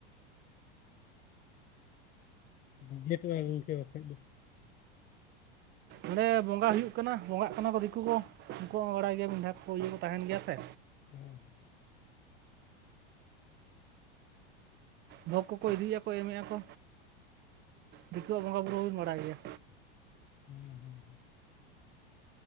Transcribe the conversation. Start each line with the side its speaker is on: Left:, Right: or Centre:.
Left: ᱨᱤᱡᱮᱴᱚᱜ-ᱟ ᱜᱚᱝᱠᱮ ᱵᱟᱠᱷᱟᱡ ᱫᱚ᱾
Right: ᱚᱸᱰᱮ ᱵᱚᱸᱜᱟ ᱦᱩᱭᱩᱜ ᱠᱟᱱᱟ ᱵᱚᱸᱜᱟᱜ ᱠᱟᱱᱟ ᱠᱚ ᱫᱤᱠᱩ ᱠᱚ ᱩᱱᱠᱩ ᱦᱚᱸ ᱵᱟᱲᱟᱭ ᱜᱮᱭᱟ ᱵᱤᱱ ᱵᱫᱷᱟ ᱠᱚ ᱤᱭᱟᱹ ᱠᱚ ᱛᱟᱦᱮᱱ ᱜᱮᱭᱟ ᱥᱮ
Left: ᱦᱮᱸ᱾
Right: ᱵᱷᱚᱜᱽ ᱠᱚᱠᱚ ᱤᱫᱤᱭᱮᱜ-ᱟ ᱠᱚ ᱮᱢ ᱮᱜᱼᱟ ᱠᱚ ᱫᱤᱠᱩᱣᱟᱜ ᱵᱚᱸᱜᱟᱼᱵᱩᱨᱩ ᱦᱚᱸ ᱵᱤᱱ ᱵᱟᱲᱟᱭ ᱜᱮᱭᱟ᱾
Left: ᱦᱩᱸ ᱦᱩᱸ ᱦᱩᱸ